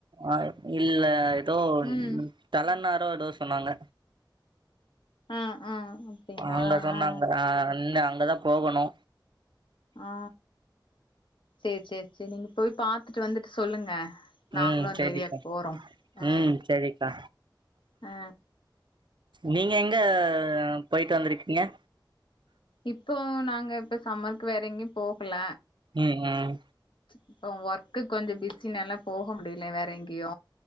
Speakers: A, on the right; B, on the left.
A: ஆ இல்ல எதோ
B: ம்
A: தெலென்னா தோ எதோ சொன்னாங்க
B: ஆ ஆ அப்டிங்களா
A: அங்க சொன்னாங்க
B: ஆ
A: அ அந்த அங் ங்க தா போகணு
B: ஆ செர் செரி செரி நீங்க போய் பாத்துட்டு வந்துட்டு சொல்லுங்க நாங்களு
A: ம்
B: அந்த
A: சேரிக்கா
B: ஏரியாக்கு போறோ அ
A: ம் சேரிக்கா
B: அ
A: நீங்க எங்க போயிட்டு வந்துருக்கு ஏ
B: இப்போ நாங்க இப்ப சம்மருக்கு வேற எங்கேயும் போகல
A: ம் ம்
B: இப்போ வர்க்கு கொஞ்சோ பிஸினால போக முடில வேற எங்கியு